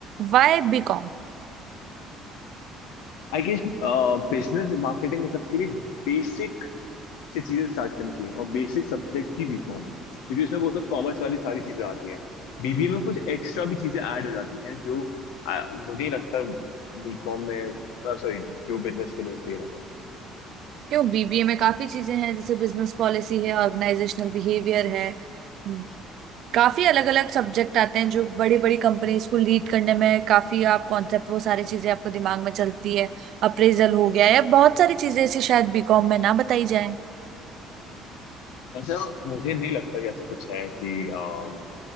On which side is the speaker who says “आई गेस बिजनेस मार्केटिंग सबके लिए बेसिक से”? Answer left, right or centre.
Left